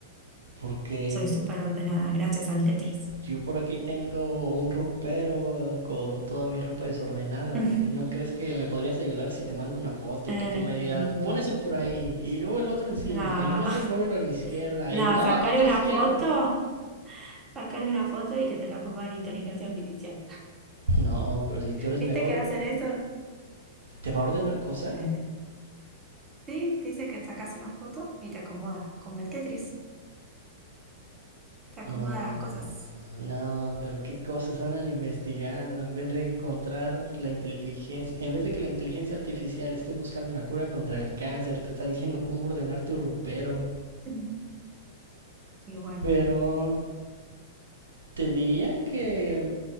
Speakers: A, on the right (about 65°); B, on the right (about 20°).
A: Porque
B: Soy súper ordenada, gracias al Tetris.
A: yo por aquí tengo un ropero con toda mi ropa desordenada.
B: <laughs>
A: ¿No crees que me podrías ayudar si te mando una foto
B: Eh,
A: y que tú me digas, pon eso por ahí, y luego el otro encima,
B: nada,
A: y luego ese muévelo a la izquierda,
B: <laughs> nada,
A: y no,
B: sacarle
A: a tu otra
B: una
A: izquierda?
B: foto, sacarle una foto y que te la coma la inteligencia artificial.
A: No, pero si tú eres
B: ¿Viste
A: mejor,
B: que hacen eso?
A: ¿te va a ordenar cosas?
B: Eh, sí, te dice que sacas una foto y te acomoda, como el Tetris, te acomoda
A: No,
B: las cosas.
A: no, pero qué cosas andan investigando en vez de encontrar la inteligencia, en vez de que la inteligencia artificial esté buscando la cura contra el cáncer, te está diciendo cómo ordenar tu ropero.
B: Mm. Y bueno,
A: Pero te diría que